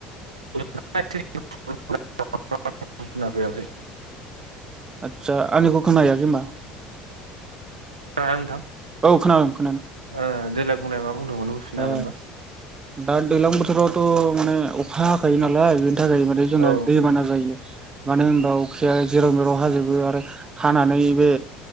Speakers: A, on the right; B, on the right.
A: <unintelligible> खोनाफैयाखै।
B: आतसा आंनिखौ खोना हैयाखै ओमबा?
A: खोनादों ना नोंथां?
B: औ खोनादों।
A: ओ देेलाय बुंनाय मा बुंदोंमोन बुंफिननो
B: ओ
A: हागोनबा?
B: दा दैज्लां बोथोरावथ' माने अखा हाखायो नालाय बेनि थाखाय माने जोंना
A: औ
B: दैबाना जायो। मानो होनबा अखाया जेराव मेराव हाजोबो आरो हानानै बे